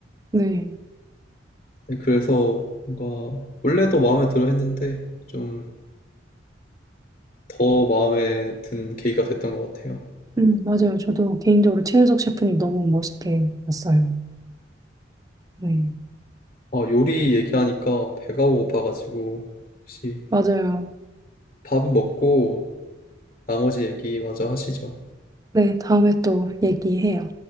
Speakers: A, on the right; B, on the left.
A: 네.
B: 네, 그래서 뭔가 원래도 마음에 들어 했는데 좀 더 마음에 든 계기가 됐던 것 같아요.
A: 음, 맞아요 저도 개인적으로 최윤석 셰프님 너무 멋있게 봤어요 네
B: 아, 요리 얘기하니까 배가 고파가지고 혹시
A: 맞아요
B: 밥은 먹고 나머지 얘기 마저 하시죠.
A: 네 다음에 또 얘기해요.